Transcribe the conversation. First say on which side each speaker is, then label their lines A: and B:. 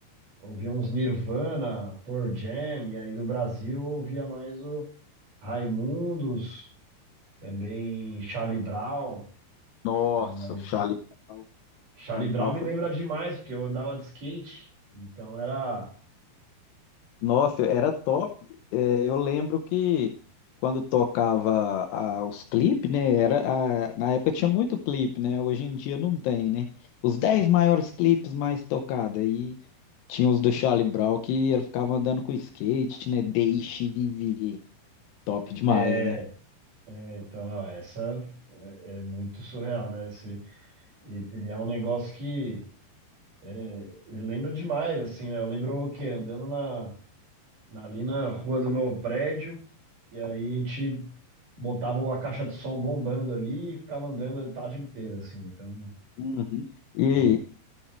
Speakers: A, on the right (about 45°); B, on the left (about 75°).
A: ouvia uns Nirvana, Pearl Jam, e aí do Brasil eu ouvia mais o Raimundos, também Charlie Brown,
B: nossa,
A: né? Mas
B: o Charlie Brown.
A: Charlie
B: Charlie
A: Brown
B: Brown
A: me
B: foi.
A: lembra demais, porque eu andava de skate, então era.
B: Nossa, era top. É, eu lembro que quando tocava ah, os clipes, né? Era, ah, na época tinha muito clipe, né? Hoje em dia não tem, né? Os 10 maiores clipes mais tocados. Aí tinha os do Charlie Brown que ele ficava andando com skate, né? Deixe viver. Top demais,
A: é,
B: né?
A: é, então, não, essa é, é muito surreal, né? E, e é um negócio que é, lembra demais, assim, né? Eu lembro que Andando na, na- ali na rua do meu prédio, e aí a gente botava a caixa de som bombando ali e ficava andando a tarde inteira, assim. Então,
B: Uhum. E
A: é,